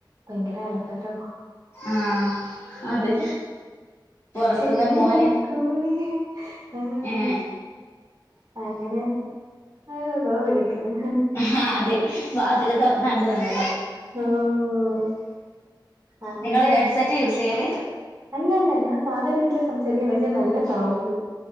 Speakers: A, on the right (about 40°); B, on the left (about 30°).
A: ഭയങ്കര അലപ്പല്ലോ
B: ആഹ് അതെ പൊറത്തുന്ന്
A: ചെവിയിൽ
B: മോന്
A: ഇങ്ങനെ കൂവി ആഹ്
B: ഏഹ്
A: അങ്ങനെ അഹ് ഇതോ വിളിക്ക്ണ്
B: ആഹ് അത് വാതിൽ തൊർന്നാണ്ട് വന്ന്
A: ഓഹ് അങ്ങനെ
B: നിങ്ങെൾ ഹെഡ്സെറ്റ് യൂസ് ചെയ്യൽ
A: അല്ല അല്ല ഞാ സാധാ രീതിയിലാ സംസാരിക്ക്ന്നെ പക്ഷേ നല്ല സൗണ്ട്